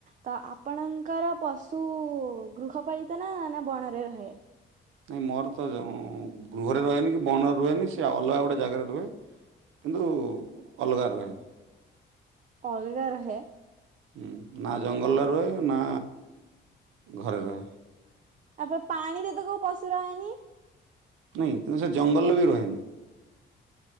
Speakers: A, on the right (about 40°); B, on the right (about 80°).
A: ତ ଆପଣଙ୍କର ପଶୁ ଗୃହପାଳିତ ନା ବଣରେ ରହେ?
B: ନାଇଁ ମୋର ତ ଯ ଗୃହରେ ରହେନି କି ବଣରେ ରୁହେନି ସେ ଅଲଗା ଗୋଟେ ଜାଗାରେ ରୁହେ। କିନ୍ତୁ ଅଲଗା ରୁହେ।
A: ଅଲଗା ରହେ?
B: ହୁଁ, ନା ଜଙ୍ଗଲରେ ରୁହେ ନା ଘରେ ରହେ।
A: ତାପରେ ପାଣିରେ ତ କୋଉ ପଶୁ ରହେନି?
B: ନାହିଁ କିନ୍ତୁ ସେ ଜଙ୍ଗଲରେ ବି ରୁହେନି।